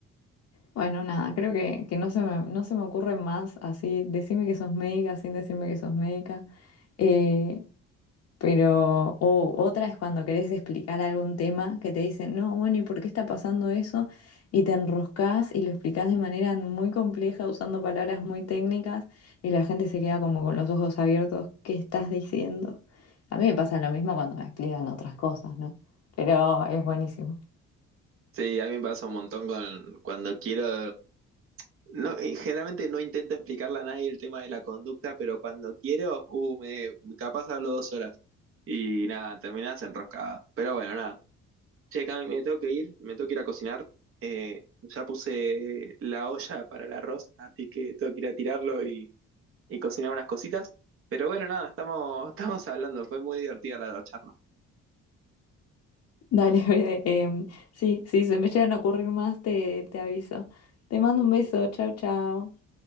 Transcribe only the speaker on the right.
Sí, a mí me pasa un montón con cuando quiero. No, y generalmente no intento explicarle a nadie el tema de la conducta, pero cuando quiero, uh, me, capaz hablo dos horas. Y nada, terminás enroscado. Pero bueno, nada. Che, Cami, me tengo que ir, me tengo que ir a cocinar. Eh, ya puse la olla para el arroz, así que tengo que ir a tirarlo y y cocinar unas cositas. Pero bueno, nada, estamos, <laughs> estamos hablando, fue muy divertida la charla.